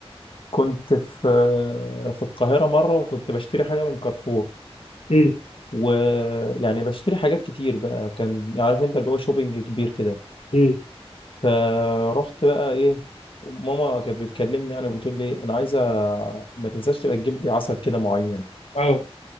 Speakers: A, on the left; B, on the left.
A: كنت في في القاهرة مرة وكنت بشتري حاجة من كارفور
B: مم.
A: ويعني بشتري حاجات كتير بقى كان عارف انت اللي هو شوبينج كبير كده
B: مم.
A: فرحت بقى ايه ماما كانت بتكلمني انا بتقول لي انا عايزة ما تنساش تبقى تجيب لي عسل كده معين
B: اه